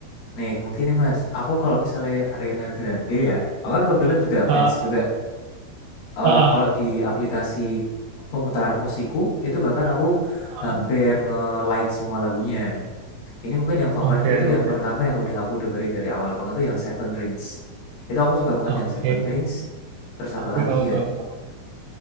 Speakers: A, on the left; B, on the right.
A: Nih mungkin nih mas, aku kalau misalnya Ariana Grande ya, aku kan kebetulan juga
B: Eh,
A: fans juga. Eh
B: eh, eh,
A: kalau di aplikasi pemutar musikku itu bahkan aku
B: eh.
A: hampir nge-like semua lagunya. Ini mungkin yang favoritku
B: Oke,
A: tuh
B: oke,
A: yang pertama yang udah aku dengerin dari awal banget tuh yang Seven Rings. Itu aku suka banget
B: oke.
A: yang Seven Rings. Terus apa
B: Aku
A: lagi
B: tahu
A: ya?
B: tahu tahu.